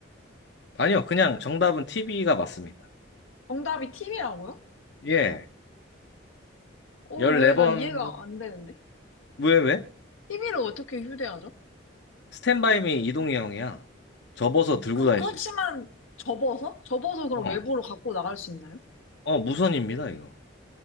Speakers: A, on the left; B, on the left.
A: 아니요, 그냥 정답은 TV가 맞습니다.
B: 정답이 TV라고요?
A: 예.
B: 어,
A: 14번.
B: 왜 난 이해가 안 되는데?
A: 왜, 왜?
B: TV를 어떻게 휴대하죠?
A: 스탠바이미 이동희 형이야. 접어서 들고
B: 그,
A: 다닐
B: 그렇지만
A: 수 있어.
B: 접어서? 접어서 그럼
A: 어.
B: 외부로 갖고 나갈 수 있나요?
A: 어, 무선입니다, 이거.